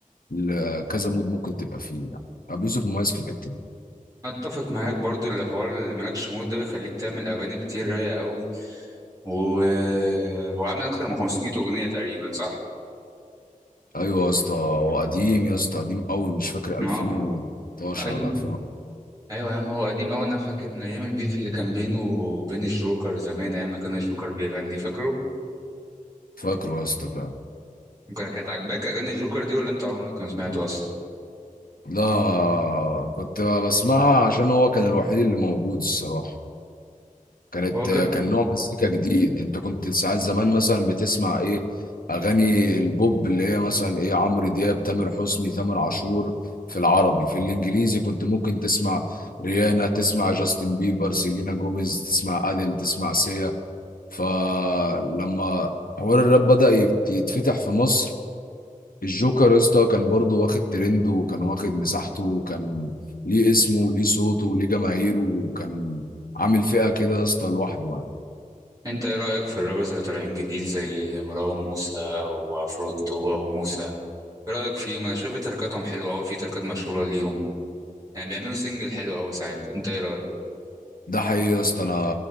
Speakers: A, on the left; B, on the right.
A: ل- كذا مود ممكن تبقى فيه يعني ابو يوسف مميز في الحته دي
B: اتفق معاك برضه الحوار اللي مالكش مود ده بيخليك تعمل اغاني كتير رايقه قوي وهو عامل اكتر من 500 اغنيه تقريبا صح
A: ايوه يا اسطى هو قديم يا اسطى قديم قوي مش فاكر
B: ما
A: 2012
B: هو- ايوه
A: ولا 2000
B: ايوه يا عم هو قديم قوي انا فاكر من ايام البيف اللي كان بينه وبين الجوكر زمان ايام ما كان الجوكر بيغني فاكره
A: فاكره يا اسطى فعلا
B: كان- كانت عاجباك اغاني الجوكر دي ولا انت عمرك ما كنت سمعته اصلا
A: لا كنت بسمعها عشان هو كان الوحيد اللي موجود الصراحه كانت
B: هو كان
A: كان نوع مزيكا جديد انت كنت ساعات زمان مثلا بتسمع ايه اغاني البوب اللي هي مثلا ايه عمرو دياب تامر حسني تامر عاشور في العربي في الانجليزي كنت ممكن تسمع ريانا تسمع جاستن بيبر سيلينا جوميز تسمع اديل تسمع سيا فلما حوار الراب بدأ يت- يتفتح في مصر الجوكر يا اسطى كان برضه واخد ترند وكان واخد مساحته وكان ليه اسمه وليه صوته وليه جماهيره وكان عامل فئة كده يا اسطى لوحده يعني.
B: انت ايه رايك في الرابرز اللي طالعين جديد زي مروان موسى وعفروتو او موسى ايه رايك فيهم انا شايف تركاتهم حلوه قوي في تركات مشهوره ليهم يعني بيعملوا سنجل حلو قوي ساعات انت ايه رايك
A: ده حقيقي يا اسطى انا